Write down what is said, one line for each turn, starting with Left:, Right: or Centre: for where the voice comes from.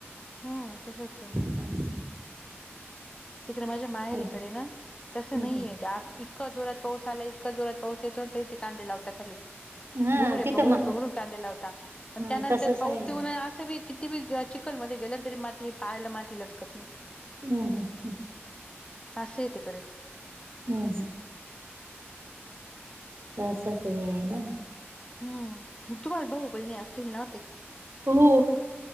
Left: हम्म, तसचं असतंय मग.
Right: असं
Left: तिकडे माझ्या माहेरीकडे
Right: आणि
Left: ना, तसं
Right: हं
Left: नाहीयेत.
Right: हं
Left: त्यात इतकं जोरात पाऊस आलाय, इतकं जोरात पाऊस येतो ना तरी ते कांदे लावता खाली.
Right: हां,
Left: घुंगरे
Right: तिथं
Left: पघरून,
Right: मग
Left: पघरून कांदे लावता आणि
Right: हां,
Left: त्यानंतर
Right: तसंच
Left: पाऊस
Right: आहे ना.
Left: येऊन असं बी कि ती <unintelligible> चिकखलमध्ये गेल्यांतरी माती पायला माती लटकत नाही.
Right: हम्म, हम्म.
Left: असं आहे तिकडे.
Right: हम्म, हम्म. तास जातोय यायला.
Left: हम्म, <unintelligible> वैभव भोपळे आज तीनला होते.
Right: हो.